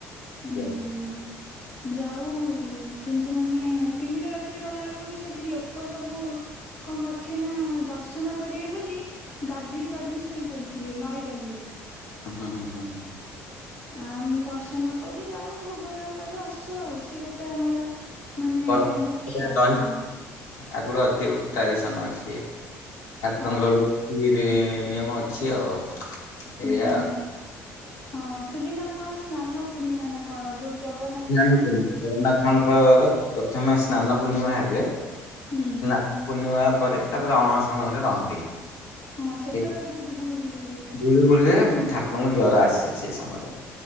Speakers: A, on the left; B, on the left.
A: ଉଁ
B: ହୁଁ
A: ଯାଉ କିନ୍ତୁ ମାନେ ତିନିଟା ରାତିରେ ଗଲାଏକୁ ବି ସେଠି ଲୋକ ସବୁ କଣ କରିଥିବେ ନା ଦର୍ଶନ କରିବେ ବୋଲି ଗାଧେଇ ପାଧେଇ ଶୋଇ ପଡିଥିବେ ନଈବାଲିରେ।
B: ଅଁ ହଁ ହୁଁ ହୁଁ ହୁଁ।
A: ଆମ ଦର୍ଶନ କରୁ ଯାଉ ଭୋଗ ରାଗ କରୁ ଆସୁ ଆଉ ସିଏ ଗୋଟେ ଆମର ମାନେ
B: କର
A: ମୁଖ୍ୟ
B: <inaudible> ରହି
A: ହଁ
B: ଆଗରୁ ଅଛି ଗୋଟେ ଟ୍ରାଡିସନ ଅଛି। ଠାକୁରଙ୍କ
A: ହଁ
B: ଗୋଟେ ନିତି ନିୟମ ଅଛି ଆଉ
A: ହୁଁ।
B: ଏଇଆ।
A: ହଁ ସେଦିନ କଣ ସ୍ନାନ ପୂର୍ଣ୍ଣିମା ନା କଣ ଯୋଉ ଜଗ
B: ସ୍ନାନ ପୂର୍ଣ୍ଣିମା ଜଗନ୍ନାଥଙ୍କର ପ୍ରଥମେ ସ୍ନାନ ପୂର୍ଣ୍ଣିମା ହେବେ
A: ହୁଁ।
B: ନା ପୂର୍ଣ୍ଣିମା ପରେ ତାପରେ ଅଣସଣ ଘରେ ରହନ୍ତି।
A: ହଁ ସେତେବେଳେ
B: ସେ
A: ବୋହୁତ ଗୁଳୁ ଗୁଳି ହୁଏ।
B: ଗୁଳି ଗୁଳି ହୁଏ ଠାକୁରଙ୍କୁ ଜର ଆସେ ସେଇ ସମୟରେ